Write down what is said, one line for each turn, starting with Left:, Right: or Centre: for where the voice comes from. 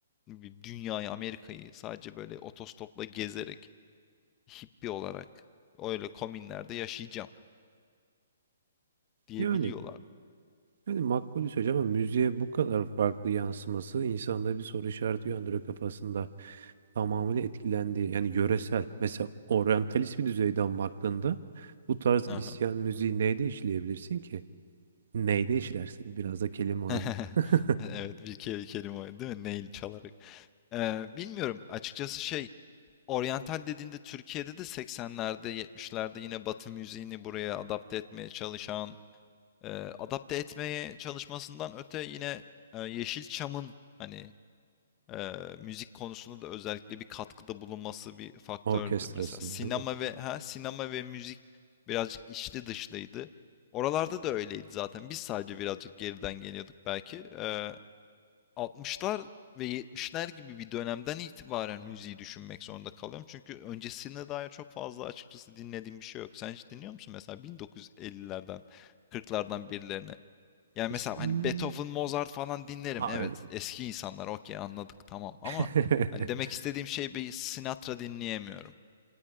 Left: bir dünyayı Amerika'yı sadece böyle otostopla gezerek hippi olarak öyle komünlerde yaşayacağım diyebiliyorlardı.
Right: Yani Yani makbul bir söz ama müziğe bu kadar farklı yansıması insanda bir soru işareti uyandırıyor kafasında. Tamamıyla etkilendiği yani yöresel mesela oryantalist bir düzeyden baktığında bu tarz
Left: Aha.
Right: isyan müziği neyde işleyebilirsin ki? Neyde işlersin? Biraz da kelime oyunu.
Left: <laughs>
Right: <laughs>
Left: Evet bir ke- kelime o, değil mi? Nail çalarak. Ee, bilmiyorum açıkçası şey oryantal dediğinde Türkiye'de de 80'lerde 70'lerde yine Batı müziğini buraya adapte etmeye çalışan e, adapte etmeye çalışmasından öte yine e, Yeşilçam'ın hani Eee, müzik konusunda da özellikle bir katkıda bulunması bir faktördü.
Right: Orkestrası
Left: Mesela sinema
Right: değil mi?
Left: ve ha sinema ve müzik birazcık içli dışlıydı. Oralarda da öyleydi zaten. Biz sadece birazcık geriden geliyorduk belki. Eee 60'lar ve yetmişler gibi bir dönemden itibaren müziği düşünmek zorunda kalıyorum. Çünkü öncesine dair çok fazla açıkçası dinlediğim bir şey yok. Sen hiç dinliyor musun mesela 1950'lerden, 40'lardan birilerini? Yani
Right: İsmi...
Left: mesela hani Beethoven, Mozart falan dinlerim.
Right: Hayır.
Left: Evet, eski insanlar okey anladık tamam ama
Right: <laughs>
Left: hani demek istediğim şey bir Sinatra dinleyemiyorum.